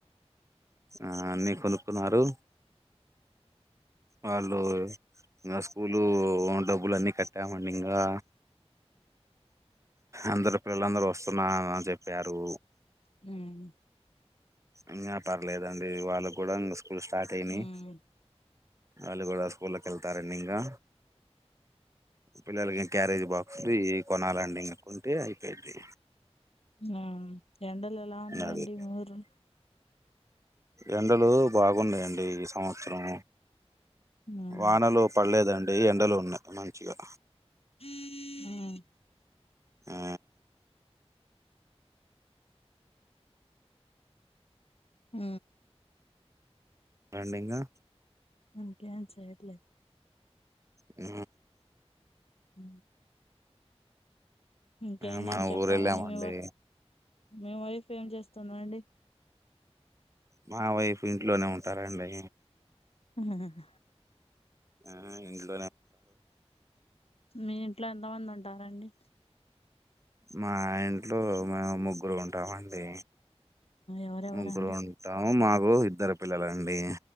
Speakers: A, on the right (about 25°); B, on the left (about 65°).
A: ఆ అన్ని కొనుక్కున్నారు వాళ్ళు ఇంగా స్కూలు డబ్బులు అన్నిీ కట్టామండి ఇంగా అందరు పిల్లలందరూ వస్తున్నని చెప్పారు
B: హమ్
A: ఇంగా పర్లేదండి వాళ్ళు కూడా ఇంగ స్కూల్ స్టార్ట్ అయినాయి
B: ఉమ్
A: వాళ్ళు కూడా స్కూల్కి వెళ్తారండి ఇంగా పిల్లలకి క్యారేజీ బాక్స్ <unintelligible> కొనాలండి ఇంగ కొంటే అయిపోయింది
B: ఆ ఎండల్ ఎలా ఉన్నాయి
A: అది
B: అండి మఊరు
A: ఎండలు బాగున్నాయండి ఈ సంవత్సరం
B: ఉమ్
A: వానలు పడ్లేదండి ఎండలు ఉన్నాయ్ మంచిగా
B: ఉ
A: ఊ
B: ఊ
A: అండి ఇంగా
B: ఇంక ఏం చెయ్యట్లే
A: ఊ
B: ఉ ఇంకేందండి
A: ఆ మా
B: చెప్పాలండి
A: ఊరు వెళ్ళామండి
B: మే మి వైఫ్ ఏం చేస్తుంద్ అండి
A: మా వైఫ్ ఇంట్లోనే ఉంటారండి
B: అహహహ
A: ఆ ఎందుక్
B: మీ ఇంట్లో ఎంతమంది ఉంటారండి
A: మా ఇంట్లో మేము ముగ్గురం ఉంటామండి
B: ఎవరెవరండి
A: ముగ్గురం ఉంటాం మాకు ఇద్దరు పిల్లలండి